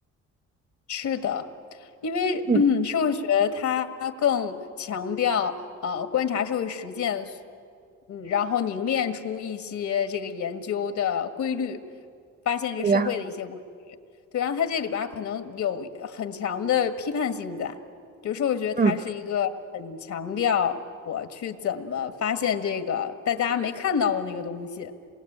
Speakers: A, on the left; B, on the right.
A: 是的，因为嗯，
B: 嗯
A: 社会学它更强调呃观察社会实践，嗯，然后凝练出一些这个研究的规律，发现这个社会的一些规律。
B: 对呀，
A: 对，然后它这里边儿可能有很强的批判性在。比如说，我觉得它是一个很强调我去怎么发现这个大家没看到的那个东西，
B: 嗯